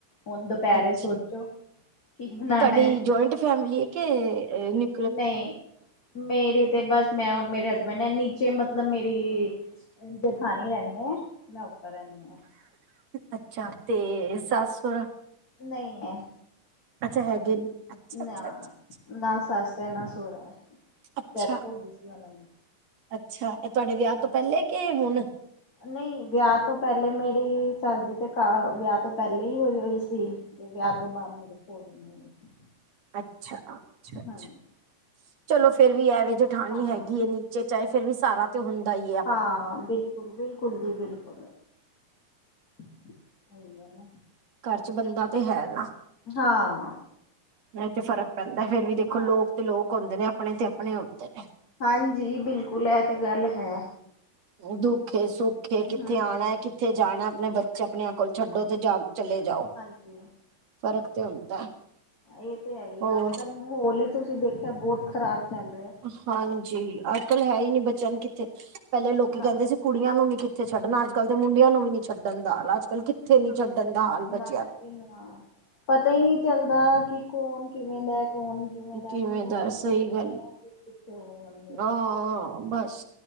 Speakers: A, on the left (about 30°); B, on the right (about 60°).
A: ਹੁਣ ਦੁਪਹਿਰੇ
B: ਅੱਛਾ
A: ਸੋਚੋ ਕੀ ਬਣਾਉਣਾ
B: ਤੁਹਾਡੀ
A: ਹੈ।
B: ਜੁਆਇੰਟ ਫੈਮਲੀ ਏ। ਕੇ ਅ ਨ।
A: ਨਹੀਂ ਮੇਰੀ ਤੇ ਬਸ, ਮੈਂ ਔਰ ਮੇਰੇ ਹਸਬੈਂਡ ਨੇ ਨੀਚੇ ਮਤਲਬ ਮੇਰੀ ਮੇਰੀ ਜੇਠਾਣੀ ਥੱਲੇ ਆ, ਮੈਂ ਉੱਪਰ ਰਹਿੰਦੀ ਆਂ।
B: ਅੱਛਾ, ਤੇ ਸੱਸ-ਸੌ।
A: ਨਹੀਂ ਹੈ।
B: ਅੱਛਾ ਹੈਗੇ। ਅੱਛਾ
A: ਨਾ,
B: ਅੱਛਾ ਅੱਛਾ
A: ਨਾ ਸੱਸ ਹੈ, ਨਾ ਸੋਹਰਾ ਹੈ।
B: ਅੱਛਾ
A: ਡੈਥ ਹੋ ਗਈ ਸੀ ਉਹਨਾਂ ਦੀ।
B: ਅੱਛਾ, ਇਹ ਤੁਹਾਡੇ ਵਿਆਹ
A: ਹਾਂ
B: ਤੋਂ ਪਹਿਲੇ ਕਿ ਹੁਣ।
A: ਨਹੀਂ ਵਿਆਹ ਤੋਂ ਪਹਿਲੇ ਮੇਰੀ ਸੱਸ ਦੀ ਤੇ, ਵਿਆਹ ਤੋਂ ਪਹਿਲੇ ਹੀ ਹੋਈ ਹੁਈ ਸੀ। ਤੇ ਵਿਆਹ ਤੋਂ ਬਾਅਦ ਮੇਰੇ ਸੁਹਰੇ ਦੀ ਹੋਈ ਸੀ।
B: ਅੱਛਾ, ਅੱਛਾ- ਅੱਛਾ
A: ਹਾਂਜੀ
B: ਚਲੋ ਫੇਰ ਵੀ ਐ ਵੇਂ ਜਠਾਣੀ
A: ਹਾਂ
B: ਹੈਗੀ ਹੈ ਨਹੀਂ। ਜੇ ਚਾਹੇ ਫੇਰ ਵੀ ਸਾਰਾ। ਤੇ ਉਹ ਹੁੰਦਾ ਹੀ ਹੈ।
A: ਹਾਂ ਬਿਲਕੁਲ। ਬਿਲਕੁਲ ਜੀ ਬਿਲਕੁਲ ਸਹੀ ਹੈ ਨਾ।
B: ਘਰ ਚ ਬਣਦਾ ਤਾਂ ਹੈ ਨਾ।
A: ਹਾਂ।
B: ਨਹੀਂ ਤੇ ਫ਼ਰਕ ਪੈਂਦਾ ਹੈ। ਫੇਰ ਵੀ ਦੇਖੋ
A: ਹਾਂ
B: ਲੋਕ ਤੇ ਲੋਕ ਹੁੰਦੇ ਨੇ, ਆਪਣੇ ਤੇ ਆਪਣੇ ਹੁੰਦੇ ਨੇ।
A: ਹਾਂਜੀ, ਬਿਲਕੁਲ ਇਹ ਤੇ ਗੱਲ ਹੈ।
B: ਦੁਖ ਏ, ਸੁੱਖ ਏ ਕਿੱਥੇ
A: ਹਮ
B: ਆਉਣਾ, ਕਿੱਥੇ ਜਾਣਾ ਆਪਣੇ ਬੱਚੇ ਆਪਣੇ ਆਪ ਕੋਲ ਛੱਡੋ ਤੇ ਜਾ ਚਲੇ ਜਾਓ।
A: ਹੂੰ।
B: ਫਰਕ ਤੇ ਹੁੰਦਾ।
A: ਇਹ ਤਾਂ ਹੈ ਹੀ
B: ਹੋਰ
A: ਆ। ਅੱਜ ਕੱਲ ਮਹੌਲੀ ਤੁਸੀਂ ਦੇਖਿਆ ਬਹੁਤ ਖ਼ਰਾਬ ਚੱਲ ਰਿਹਾ।
B: ਹਾਂਜੀ, ਅੱਜ ਕੱਲ ਹੈ ਹੀ ਨੀ ਬੱਚਿਆਂ ਨੂੰ ਕਿੱਥੇ। ਪਹਿਲੇ ਲੋਕੀ
A: ਨਾ
B: ਕਹਿੰਦੇ ਸੀ। ਕੁੜੀਆਂ ਨੂੰ ਨੀ ਕਿਥੇ ਛੱਡਣਾ। ਅੱਜ ਕੱਲ ਦੇ ਮੁੰਡਿਆਂ ਨੂੰ ਵੀ ਨੀ ਛੱਡਣ ਦਾ ਹਾਲ, ਅੱਜ ਕੱਲ ਕਿੱਥੇ ਨੀ ਛੱਡਣ ਦਾ ਹਾਲ
A: ਨਾ
B: ਬੱਚਿਆਂ
A: ਜੀ
B: ਨੂੰ।
A: ਹਾਂ। ਪਤਾ ਹੀ ਨਹੀਂ ਚੱਲਦਾ, ਕਿ ਕੌਣ ਕਿਵੇਂ ਦਾ ਹੈ। ਕੌਣ
B: ਕਿਵੇਂ
A: ਮੂੰਹ
B: ਦਾ
A: ਦੇ
B: ਰੈ। ਸਹੀ
A: ਪਿੱਛੇ ਹੁੰਦੇ
B: ਗੱਲ,
A: ਆ। ਤੇ ਪਿੱਛੇ ਹੋ ਜਾਂਦੇ
B: ਹਾਂ
A: ਆ।
B: ਬਸ।